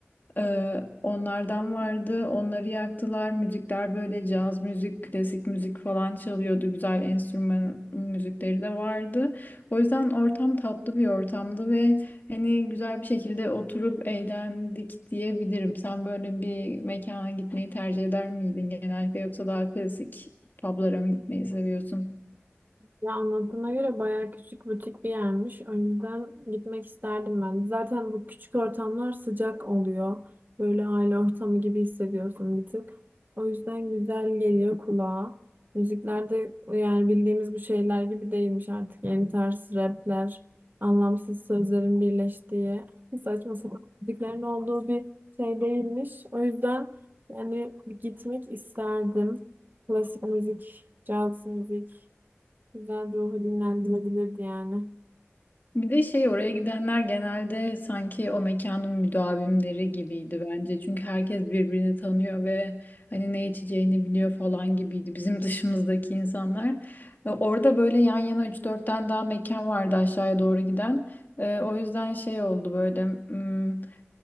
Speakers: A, on the left; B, on the right.
A: Ee, onlardan vardı. Onları yaktılar. Müzikler böyle caz müzik, klasik müzik falan çalıyordu. Güzel enstrüman müzikleri de vardı. O yüzden ortam tatlı bir ortamdı ve hani güzel bir şekilde oturup eğlendik diyebilirim. Sen böyle bir mekana gitmeyi tercih eder miydin genellikle yoksa daha klasik publara mı gitmeyi seviyorsun?
B: Ya anlattığına göre bayağı küçük butik bir yermiş. Önceden gitmek isterdim ben. Zaten bu küçük ortamlar sıcak oluyor. Böyle aile ortamı gibi hissediyorsun bir tık. O yüzden güzel geliyor kulağa. Müziklerde yani bildiğimiz bu şeyler gibi değilmiş artık. Yeni tarz rapler, anlamsız sözlerin birleştiği, saçma sapan müziklerin olduğu bir şey değilmiş. O yüzden yani bir gitmek isterdim. Klasik müzik, caz müzik. Güzel ruhu dinlendirilebilirdi yani.
A: Bir de şey oraya gidenler genelde sanki o mekanın müdavimleri gibiydi bence. Çünkü herkes birbirini tanıyor ve hani ne içeceğini biliyor falan gibiydi bizim <laughs> dışımızdaki insanlar. Ve orada böyle yan yana üç 4 tane daha mekan vardı aşağıya doğru giden. Ee, o yüzden şey oldu böyle hmm,